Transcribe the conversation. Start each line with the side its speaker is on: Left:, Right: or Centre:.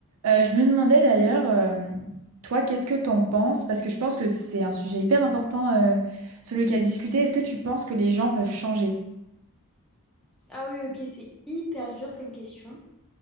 Right: Euh, je me demandais d'ailleurs, euh, toi, qu'est-ce que t'en penses? Parce que je pense que c'est un sujet hyper important euh, sur lequel discuter. Est-ce que tu penses que les gens peuvent changer?
Centre: Ah oui, ok, c'est hyper dur comme question.